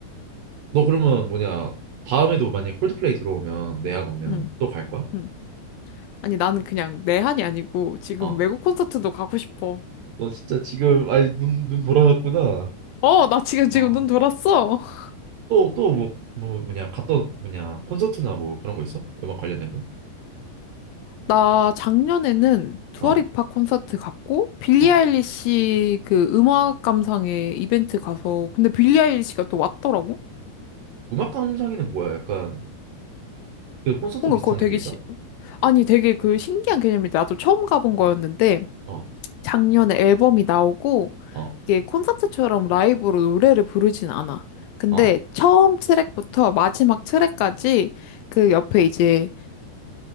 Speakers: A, on the right; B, on the left.
A: 너 그러면 뭐냐 다음에도 만약 콜드플레이 들어오면 내한 오면
B: 응,
A: 또 갈 거야?
B: 응. 아니, 나는 그냥 내 한이 아니고 지금
A: 어.
B: 외국 콘서트도 가고 싶어.
A: 너 진짜 지금 아니 눈 눈 돌아갔구나.
B: 어, 나 지금, 지금
A: 어.
B: 눈 돌았어. <laughs>
A: 또 또 뭐 뭐 뭐냐 갔던 뭐냐 콘서트나 뭐 그런 거 있어? 음악 관련된 거?
B: 나 작년에는 두아리파
A: 어.
B: 콘서트 갔고, 빌리
A: 어.
B: 아일리시 그 음악 감상회 이벤트 가서, 근데 빌리 아일리시가 또 왔더라고?
A: 음악 감상회는 뭐야? 약간 그 콘서트
B: 뭔가
A: 비슷한
B: 그거 되게,
A: 느낌인가?
B: 시... 아니, 되게 그 신기한 개념인데, 나도 처음 가본 거였는데,
A: 어.
B: 작년에 앨범이 나오고
A: 어.
B: 이게 콘서트처럼 라이브로 노래를 부르진 않아. 근데
A: 어.
B: 처음 트랙부터 마지막 트랙까지 그 옆에 이제